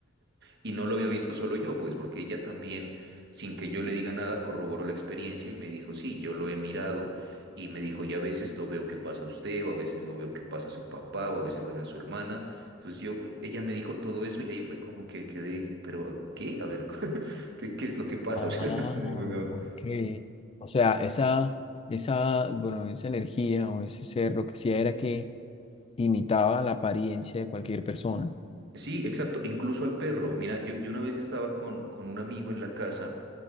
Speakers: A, on the right; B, on the left.
A: Y no lo había visto solo yo, pues porque ella también, sin que yo le diga nada, corroboró la experiencia y me dijo, sí, yo lo he mirado y me dijo, y a veces lo veo que pasa a usted, o a veces lo veo que pasa a su papá, o a veces la ve a su hermana. Entonces yo, ella me dijo todo eso y ahí fue como que quedé, pero ¿qué? A ver, <laughs> ¿qué, qué es lo que pasa?
B: Ah,
A: O sea, <laughs> digo, "No".
B: ok. O sea, esa, esa, bueno, esa energía o ese ser lo que hacía era que imitaba la apariencia de cualquier persona.
A: Sí, exacto, incluso al perro. Mira, yo, yo una vez estaba con, con un amigo en la casa.